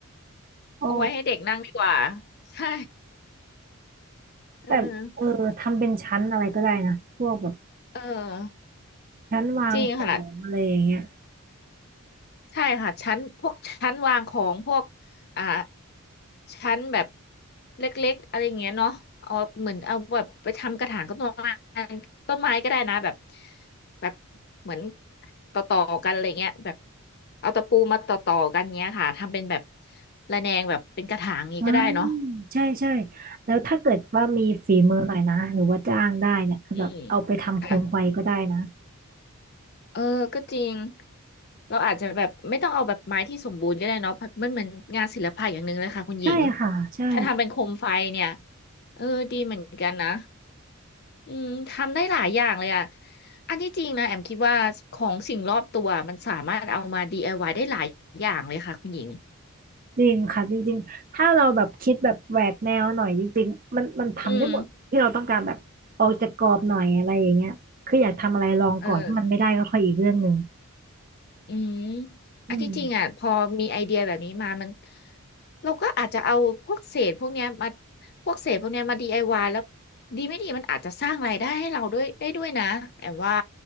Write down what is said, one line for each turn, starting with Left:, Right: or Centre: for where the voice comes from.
Right: อ๋อ
Left: เอาไว้ให้เด็กนั่งดีกว่าใช่ <laughs>
Right: แต่เออทำเป็นชั้นอะไรก็ได้นะพวกแบบ
Left: เออเออ
Right: ชั้นวางของอะไรอย่างเงี้ย
Left: จริงค่ะ ใช่ค่ะชั้นพวกชั้นวางของพวกอ่าชั้นแบบเล็กๆอะไรอย่างเงี้ยเนาะเอาเหมือนเอาแบบไปทำกระถางต้นไม้ต้นไม้ก็ได้นะแบบแบบเหมือนต่อต่อกันอะไรเงี้ยแบบเอาตะปูมาต่อต่อกันเงี้ยค่ะทำเป็นแบบระแนงแบบเป็นกระถางนี้ก็ได้เนาะ
Right: อ่าใช่ใช่แล้วถ้าเกิดว่ามีฝีมือหน่อยนะหรือว่าจ้างได้เนี่ยคือแบบเอาไปทำโคมไฟก็ได้นะ
Left: อืมอืมค่ะ เออ ก็จริง เราอาจจะแบบไม่ต้องเอาแบบไม้ที่สมบูรณ์ก็ได้เนาะเพราะมันเหมือนงานศิลปะอย่างหนึ่งเลยค่ะคุณหญิง
Right: ใช่ค่ะใช่
Left: ถ้าทำเป็นโคมไฟเนี่ยเออ ดีเหมือนกันนะ อืม ทำได้หลายอย่างเลยอ่ะอันที่จริงนะแอมคิดว่าของสิ่งรอบตัวมันสามารถเอามา DIY ไอวายได้หลายอย่างเลยค่ะคุณหญิง
Right: จริงค่ะจริงๆถ้าเราแบบคิดแบบแหวกแนวหน่อยจริงๆมันมันทำได้หมดที่เราต้องการแบบออกจากกรอบหน่อยอะไรอย่างเงี้ยคืออยากทำอะไรลองก่อนถ้ามันไม่ได้ก็ค่อยอีกเรื่องหนึ่ง
Left: อืมเออ อืม
Right: อืม
Left: อันที่จริงอ่ะพอมีไอเดียแบบนี้มามันเราก็อาจจะเอาพวกเศษพวกเนี้ยมาพวกเศษพวกเนี้ยมา DIY แล้วดีไม่ดีมันอาจจะสร้างรายได้ให้เราด้วยได้ด้วยนะแอมว่า